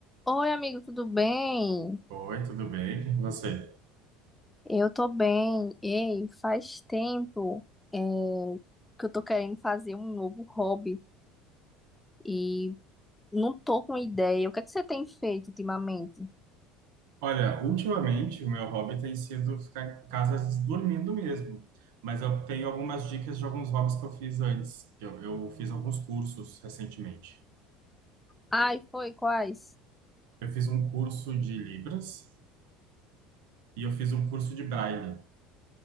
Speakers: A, in the centre; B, on the right.
A: Oi, amigo, tudo bem?
B: Oi, tudo bem com você?
A: Eu tô bem. Ei, faz tempo é, que eu tô querendo fazer um novo hobby e não tô com ideia. O que é que você tem feito ultimamente?
B: Olha, ultimamente o meu hobby tem sido ficar em casa dormindo mesmo, mas eu tenho algumas dicas de alguns hobbies que eu fiz antes, que eu, eu fiz alguns cursos recentemente.
A: Ai, foi, quais?
B: Eu fiz um curso de Libras e eu fiz um curso de Braille.